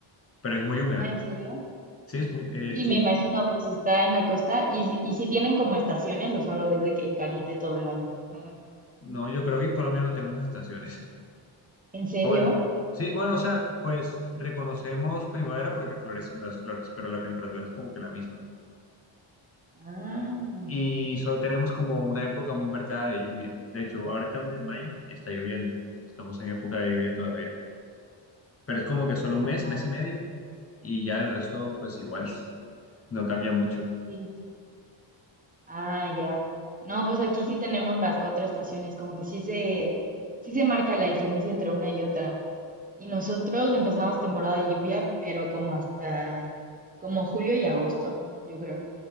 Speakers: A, on the left; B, on the right.
A: pero es muy húmeda.
B: Ah, ¿en serio?
A: Sí, es muy, eh,
B: Sí,
A: sí,
B: me imagino, pues está en la costa y, si- y si tienen como estaciones o solo es de que caliente todo el año. Mm.
A: no, yo creo que en Colombia no tenemos estaciones.
B: ¿En serio?
A: Ah, Bueno, sí, bueno, o sea, pues reconocemos primavera porque florecen las flores, pero la temperatura es como que la misma.
B: Ah,
A: Y solo tenemos como una época muy marcada de lluvia. De hecho, ahora estamos en mayo y está lloviendo. Estamos en época de lluvia todavía. Pero es como que solo un mes,
B: oh,
A: mes y medio, y ya el resto, pues igual, <laughs> no cambia mucho.
B: sí. sí. Ah, ya. No, pues aquí sí tenemos las cuatro estaciones, como que sí se, sí se marca la diferencia entre una y otra. Y nosotros empezamos temporada de lluvia, pero como hasta como julio y agosto, yo creo.